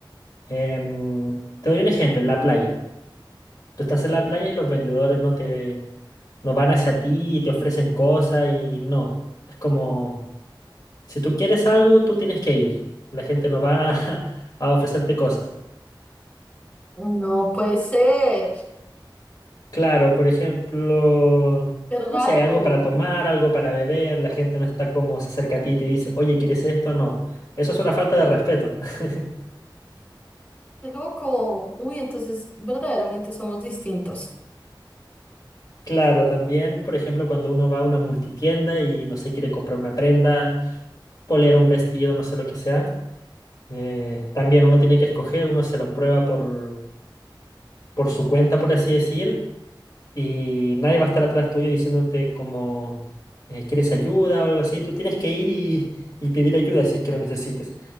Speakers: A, on the left; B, on the left.
A: em, te doy un ejemplo, en la playa. Tú estás en la playa y los vendedores no te, no van hacia ti y te ofrecen cosas y no. Es como, si tú quieres algo, tú tienes que ir. La gente no va <laughs> a, ofrecerte cosas.
B: No puede ser.
A: Claro, por ejemplo,
B: Qué raro.
A: no sé, algo para tomar, algo para beber. La gente no está como se acerca a ti y te dice, oye, ¿quieres esto? No. Eso es una falta de respeto. <laughs>
B: Qué loco. Uy, entonces verdaderamente somos distintos.
A: Claro, también, por ejemplo, cuando uno va a una multitienda y no sé, quiere comprar una prenda, polera, un vestido, no sé lo que sea. Eh, también uno tiene que escoger, uno se lo prueba por, por su cuenta, por así decir, y nadie va a estar atrás tuyo diciéndote como eh, quieres ayuda o algo así. Tú tienes que ir y, y pedir ayuda si es que lo necesites.